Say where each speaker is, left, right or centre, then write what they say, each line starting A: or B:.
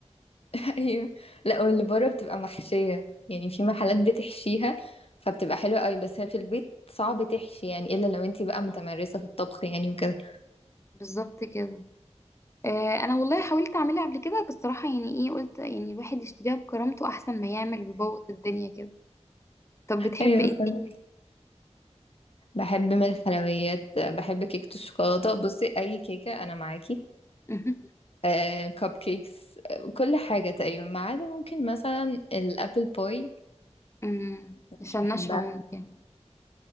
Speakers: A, on the left (about 55°); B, on the left (about 25°).
A: <laughs> ايوه لا واللي بره بتبقى محشيه يعني في محلات بتحشيها فبتبقى حلوه قوي بس هي في البيت صعب تحشي يعني الا لو انتي بقى متمرسه في الطبخ يعني وكده
B: بالظبط كده آه انا والله حاولت اعملها قبل كده بس صراحه يعني ايه قلت يعني الواحد يشتريها بكرامته احسن ما يعمل بيبوظ الدنيا كده طب بتحب
A: ايوه
B: ايه
A: فعلا
B: تاني
A: بحب من الحلويات بحب كيكه الشوكولاته بصي اي كيكه انا معاكي
B: مهم.
A: آه، كب كيكس آه، كل حاجه تقريبا ما عدا ممكن مثلا الابل باي
B: مم. عشان
A: مش بحبها
B: ناشفة ممكن